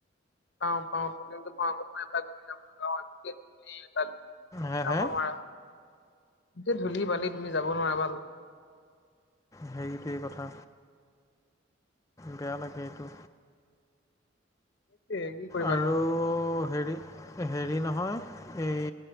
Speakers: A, on the left; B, on the left.
A: পাওঁ পাওঁ প্ৰবলেমটো পাওঁ <unintelligible> যাব নোৱাৰা,
B: হে হে
A: গোটেই ধূলি বালি তুমি যাব নোৱাৰা ভাল।
B: সেইটোৱেই কথা, বেয়া লাগে এইটো।
A: এ কি কৰিবা
B: আৰু
A: নো
B: হেৰি- হেৰি নহয় এই